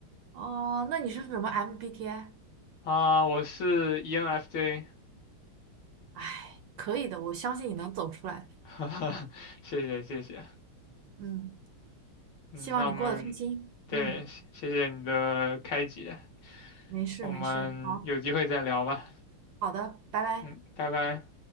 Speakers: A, on the right; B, on the left.
A: 哦，那你是什么 MBTI？
B: 啊。我是 ENFJ，
A: 哎，可以的，我相信你能走出来。
B: 哈哈，<laughs> 谢谢谢谢。
A: 嗯，
B: 嗯，
A: 希望你过得开心。
B: 那我们对，
A: 嗯，
B: 谢谢你的开解，
A: 没事没事，
B: 我们有机会再聊吧。
A: 好好的，拜拜。
B: 嗯，拜拜。